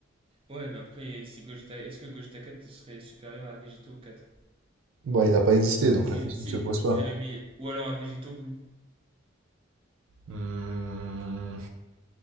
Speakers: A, on the right; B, on the right.
A: Ouais, mais après, si Gogeta, est-ce que Gogeta 4 serait supérieur à Vegeto 4
B: Bon, il n'a pas existé, donc
A: Si,
B: la question
A: si,
B: ne se pose pas.
A: s'ils avaient mis, ou alors à Vegeto Blue.
B: Hmm,